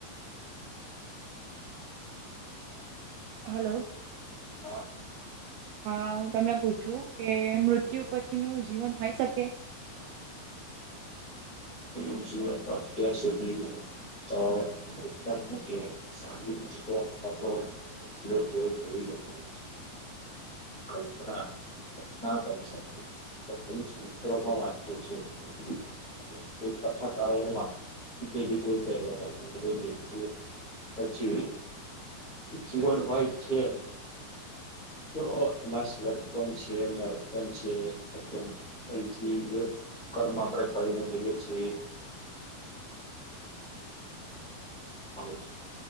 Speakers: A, on the right (about 80°); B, on the left (about 55°).
A: હલો
B: ઓ
A: હા હું તમને પૂછું કે મૃત્યુ પછી નુ જીવન હોય શકે.
B: જીવનત્યા સુધી <unintelligible> <unintelligible> <unintelligible> <inaudible> વાંચ્યો છે. <unintelligible> પછી જીવન હોય છે. તો એમાં શપમ છે નર્દપન છે અ પહીથી એક કર્મ આપડે કરીને થઈ <unintelligible>